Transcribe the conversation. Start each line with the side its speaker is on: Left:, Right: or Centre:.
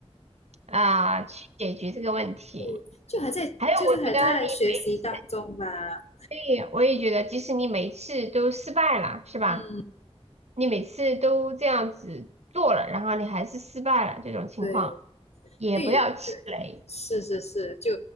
Right: 啊、去解决这个问题。
Left: 对，就还在就是还在学习当中吧。
Right: 还有，我觉得你每次，对，我也觉得，即使你每次都失败了，是吧？
Left: 嗯，
Right: 你每次都这样子做了，然后你还是失败了，这种情况
Left: 对，
Right: 也不要气馁。
Left: 对对，是是是，就